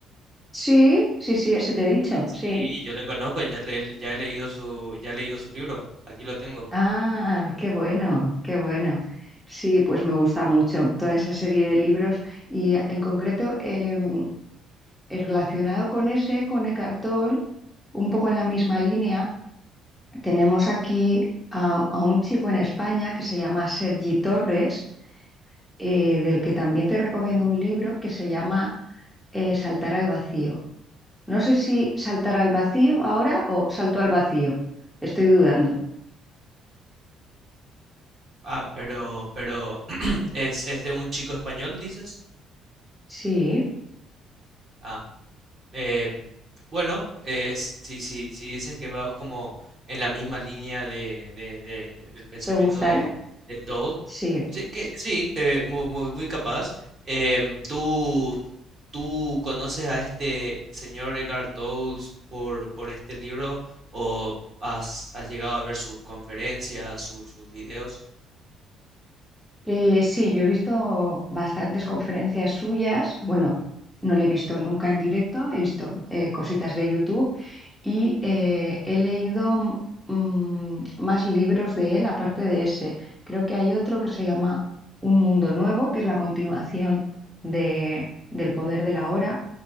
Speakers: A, in the centre; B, on the right.
A: Sí, sí, sí, ese te he dicho,
B: Sí,
A: sí.
B: yo le conozco, ya, le- ya he leído su, ya he leído su libro. Aquí lo tengo.
A: Ah, qué bueno, qué bueno. Sí, pues me gusta mucho toda esa serie de libros y ah, en concreto em, eh, relacionado con ese, con Eckhart Tolle, un poco en la misma línea, tenemos aquí a, a un chico en España que se llama Sergi Torres eh, del que también te recomiendo un libro que se llama eh, Saltar al vacío. No sé si saltar al vacío ahora o salto al vacío. Estoy dudando.
B: Ah, pero, pero <clears throat> es, es de un chico español, dices.
A: Sí,
B: Ah, Eh, bueno, eh, s- si, si, si dices que va como en la misma línea de, de- de- del pensamiento
A: ¿te gustará?
B: de, de Toad,
A: Sí.
B: sí, que, sí, que muy, muy, muy capaz. Em, ¿tú, tú conoces a este señor Edgar Toad por, por este libro o has, has llegado a ver sus conferencias, sus, sus videos?
A: Eh, sí, yo he visto bastantes conferencias suyas. Bueno, no le he visto nunca en directo, he visto eh, cositas de YouTube y eh, he leído mm, más libros de él aparte de ese. Creo que hay otro que se llama Un Mundo Nuevo, que es la continuación de, del Poder de la Hora.